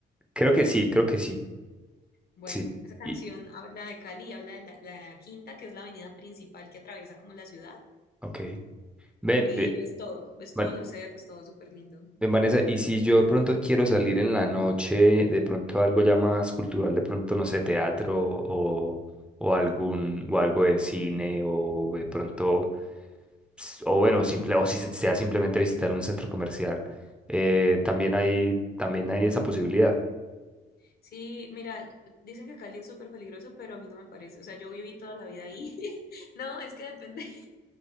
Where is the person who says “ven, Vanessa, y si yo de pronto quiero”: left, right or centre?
Centre